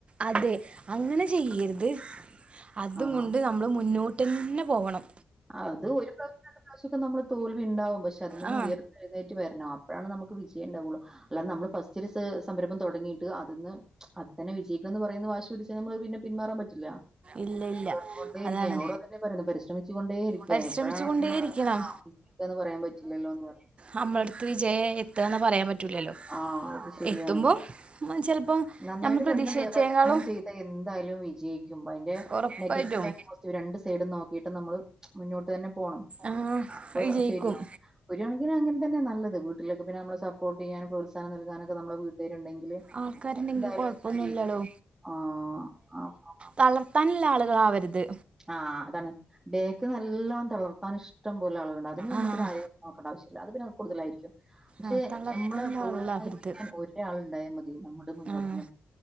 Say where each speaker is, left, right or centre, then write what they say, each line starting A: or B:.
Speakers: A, on the right; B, on the right.
A: അതെ അങ്ങനെ ചെയ്യരുത്. അത്
B: ആ
A: കൊണ്ട് നമ്മൾ മുന്നോട്ട്ന്നെ പോവണം.
B: അത് ഒരു പ്രാവശ്യം രണ്ട് പ്രാവശ്യക്കെ നമ്മള് തോൽവിണ്ടാവും പക്ഷെതിൽ നിന്ന്
A: ആ
B: ഉയർത്തി എഴുന്നേറ്റ് വര്ണം അപ്പഴാണ് നമുക്ക് വിജയണ്ടാവുള്ളൂ അല്ലാ നമ്മള് ഫസ്റ്റ് രു സ് സംരംഭം തുടങ്ങിയിട്ട് അത് ന്ന് അത് തന്നെ വിജയിക്കണംന്ന് പറയുന്ന വാശ് ട്‌ച്ചെ പിന്നെ പിന്മാറാൻ പറ്റില്ല
A: ഇല്ല ഇല്ല
B: തുടർന്ന് കൊണ്ടേരിക്ക
A: അതാണ്
B: ഞങ്ങളോടുംതന്നെ പറിനെ പരിശ്രമി ളിച്ച്കൊണ്ടേ ഇരിക്ക
A: പരിശ്രമിച്ചു
B: എപ്പഴാണ്
A: കൊണ്ടേയിരിക്കണം
B: നിങ്ങള് ആഹ് വിള്കന്ന് പറയാ പറ്റില്ലല്ലോന്ന് പറയാ
A: നമ്മളെട്ത്ത് വിജയം എത്തന്ന് പറയാ പറ്റു റ്റൂലലോ
B: ആഹ് അത് ശരിയാണ്.
A: എത്തുമ്പോ ഉം ചെലപ്പോം
B: നന്നായിട്ട്
A: ഞമ്മള് പ്രതീക്ഷിച്ചേക്കാളും
B: കഠിന പ്ര പരിശ്രമം ചെയ്താ എന്തായാലും വിജയിക്കുമ്പയ്ന്റെ
A: ഉറപ്പായിട്ടും
B: നെഗറ്റീവ് ആന്റ് പോ രണ്ട് സൈഡും നോക്കിയിട്ട് നമ്മള് മുന്നോട്ട് തന്നെ പോണം.
A: ആഹ്
B: അപ്പൊ
A: വിജയിക്കും
B: ശെരിയാവും ഒരു കണക്കിനങ്ങൻതന്നെ നല്ലത് വീട്ടിലൊക്കെ പിന്നെ നമ്മളെ സപ്പോർട്ടെയ്യാനും അവസാനം നൽകാനൊക്കെ നമ്മളെ വീട്ടാരുണ്ടെങ്കില്
A: ആൾക്കാരുണ്ടെങ്കിൽ
B: എന്തായാലൊന്ന്
A: കൊഴപ്പൊന്നുല്ലല്ലോ
B: ജീവിക്കും. ആഹ് ആഹ് ആഹ്
A: തളർത്താനില്ല ആളുകളാവര്ത്
B: ആഹ് അതാണ് ബേക്ക് നല്ലോം തിളർത്താൻ ഇഷ്ടം പോലെ അള്കള്ണ്ടാവു അതിന് നമ്മളപിന്നാരെയും
A: ആഹ്
B: നോക്കണ്ട ആവശ്യല്ല അത് പിന്നെ കൂടുതലായിരിക്കും പക്ഷെ
A: ആഹ് തളർത്താനുള്ള
B: ഞമ്മളെ പ്രോത്സാഹിപ്പിക്കാൻ
A: ആളുകളാവരുത്
B: ഒരു ഒരാളുണ്ടായ മതി നമ്മുടെ മുന്നോട്ടിനെ
A: ആഹ്